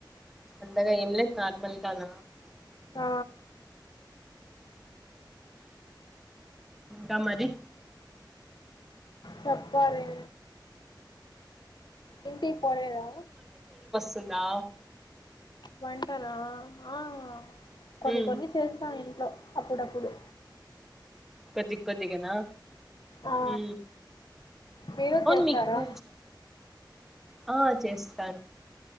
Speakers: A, in the centre; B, on the left.
A: అంతగా ఏం లే నార్మల్ గాన
B: ఆ
A: కామది
B: చెప్పాలి ఇంటికీ పోలేేదా
A: నా
B: వంటనా ఆ కొన్ని
A: ఉమ్
B: కొన్ని చేస్తా ఇంట్లో అప్పుడప్పుడు
A: కొది కొతిగానా
B: ఆ
A: ఉ
B: మీరు
A: అవును
B: చేస్తారా
A: మీకూ ఆ చేస్తాను